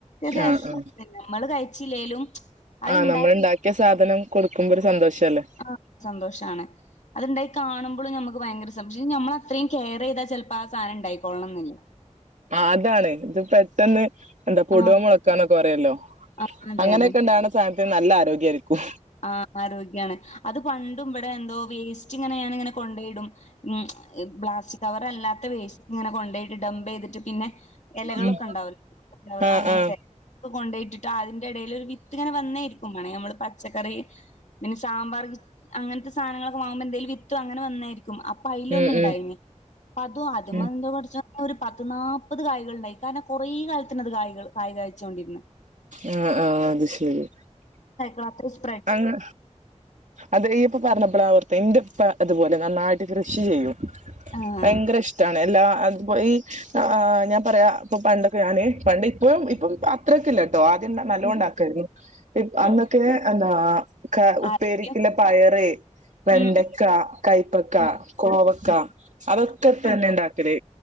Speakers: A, on the left (about 70°); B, on the right (about 80°).
A: ഒരു രസം
B: ആഹ് ആഹ്
A: നമ്മള് കഴിച്ചില്ലേലും അത്ണ്ടായി
B: ആഹ് നമ്മള്ണ്ടാക്കിയ സാധനം കൊടുക്കുമ്പൊരു സന്തോഷല്ലേ?
A: ആഹ് ഒരു സന്തോഷാണ് അത്ണ്ടായി കാണുമ്പളും നമ്മക്ക് ഭയങ്കര സന്തോക്ഷം പക്ഷെ ഞമ്മളത്രയും കെയറെയ്താ ചെലപ്പോ ആ സാധനനെണ്ടായി കോളണന്നില്ല
B: ആ അതാണ് ഇത് പെട്ടെന്ന് എന്താ പൊടോം
A: ആഹ്
B: മൊളക്കാന്നൊക്കെ പറയല്ലോ?
A: ആഹ് അതെ
B: അങ്ങനെയൊക്കെണ്ടാണെ
A: അതെ
B: സാധനത്തിന് നല്ല ആരോഗ്യായിരിക്കും
A: ആ ആരോഗ്യാണ് അത് പണ്ടും ഇവിടെന്തോ വേസ്റ്റ്ങ്ങനെ ഞാനിങ്ങനെ കൊണ്ടോയിടും ഉം പ്ലാസ്റ്റിക് കവറല്ലാത്ത വേസ്റ്റ്ങ്ങനെ കൊണ്ടോയിട്ട് ഡംപെയ്തിട്ട് പിന്നെങ്ങനെ എലകളൊക്കെണ്ടാവൊല്ലോ
B: ഉം ആഹ്
A: അങ്ങൻത്തെ
B: ആഹ്
A: കൊണ്ടോയിട്ടിട്ട് അതിന്റെടയില് ഒരു വിത്ത്ങ്ങനെ വന്നേയിരിക്കും മാണെ നമ്മള് പച്ചക്കറി പിന്നെ സാമ്പാർ കിറ്റ് അങ്ങനത്തെ സാധനങ്ങളൊക്കെ വാങ്ങുമ്പോ എന്തേലും വിത്തോ അങ്ങനെ വന്നായിരിക്കും അപ്പയിലൊന്ന്ണ്ടായീനി
B: ഉം ഉം
A: അപ്പതും അതുമ്മെന്റെ
B: ഉം
A: പടച്ചോനേ ഒരു പത്ത് നാല്പ്പത് കായ്കള്ണ്ടായിനി കാരണം കൊറേ കാലത്തിനത് കായികൾ കായ് കാഴ്ച്ചോണ്ടിര്ന്ന്
B: ആഹ് ആഹ് അത് ശരി
A: രാത്രി ച
B: അങ്ങ് അത് ഇയ്യ്പ്പൊ പർഞ്ഞപ്പളാ ഓർത്തെ ഇന്റെപ്പ ഇതുപോലെ നന്നായിട്ട് കൃഷി ചെയ്യും
A: ആഹ്
B: ഭയങ്കരഷ്ടാണ് എല്ലാ അത് ഈ ഞാൻ പറയാ ഇപ്പൊ പണ്ടൊക്കെ ഞാന് പുതിയ പണ്ട് ഇപ്പും
A: ഉം
B: ഇപ്പം അത്രൊക്കെല്ല ആദ്യം നല്ലോണ്ടാക്കായിരുന്നു
A: ഉം
B: ഇ അന്നൊക്കെ
A: ആ
B: എന്നാ
A: ആരോഗ്യം
B: ഉപ്പേരിക്കില്ല പയറ് വെണ്ടക്ക
A: ഉം
B: കയപ്പക്ക
A: ഉം ഉം
B: കോവക്ക
A: ഉം.
B: അതൊക്കെ ഇപ്പ
A: കണ്ടോ
B: ന്നെ ഇണ്ടാക്കല്.